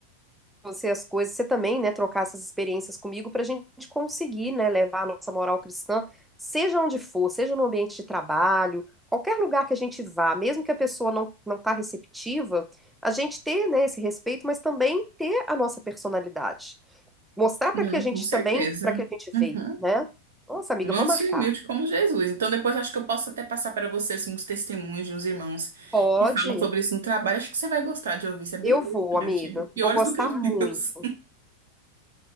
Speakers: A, in the centre; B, on the right.
A: você as coisas, você também, né, trocar essas experiências comigo para a gente conseguir, né, levar a nossa moral cristã, seja onde for, seja no ambiente de trabalho, qualquer lugar que a gente vá, mesmo que a pessoa não não tá receptiva, a gente ter, né, esse respeito, mas também ter a nossa personalidade. Mostrar para
B: Não,
A: que a gente
B: com certeza.
A: também, para que a gente
B: Uhum.
A: veio, né? Nossa, amiga,
B: Manso
A: eu vou marcar.
B: e humilde como Jesus. Então, depois acho que eu posso até passar para você assim, uns testemunhos de uns irmãos
A: Pode.
B: que falam sobre isso no trabalho. Acho que você vai gostar de ouvir. Isso é bem
A: Eu vou, amiga.
B: interessante. Piores
A: Vou gostar
B: do que os
A: muito.
B: meus.